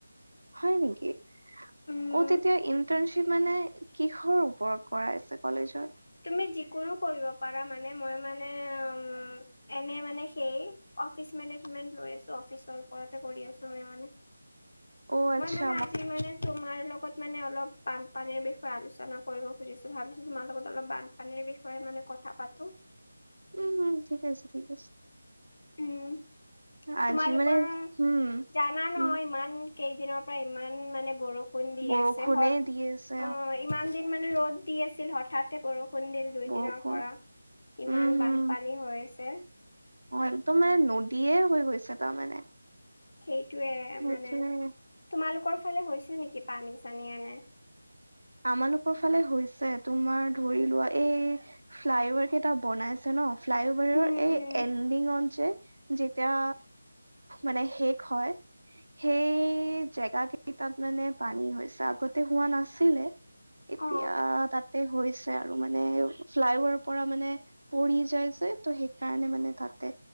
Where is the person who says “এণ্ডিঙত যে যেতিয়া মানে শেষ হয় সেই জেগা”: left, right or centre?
Right